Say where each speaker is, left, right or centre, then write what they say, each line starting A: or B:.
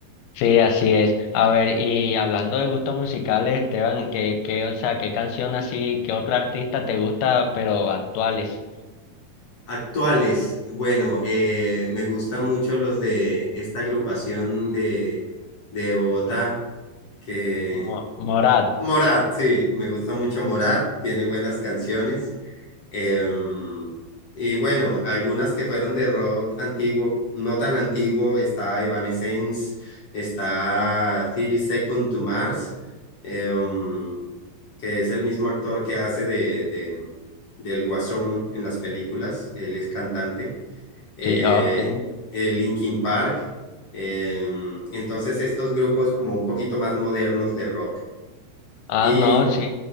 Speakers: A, on the left; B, on the left.
A: Sí, así es. A ver, y hablando de gustos musicales, Esteban, ¿qué, qué, o sea, qué canción así, qué otro artista te gusta, pero actuales?
B: Actuales, bueno, eh, me gustan mucho los de esta agrupación de, de Bogotá que
A: Mo- Morat.
B: Morat, sí, me gusta mucho Morat, tiene buenas canciones. Em, y bueno, algunas que fueron de rock antiguo, no tan antiguo, está Evanescence, está 30 Seconds to Mars, em, que es el mismo actor que hace de, de- del Guasón en las películas, él es cantante. Eh,
A: Sí, ok.
B: eh, Linkin Park, em, entonces estos grupos como un poquito más modernos de rock.
A: Ah,
B: Y
A: no, sí.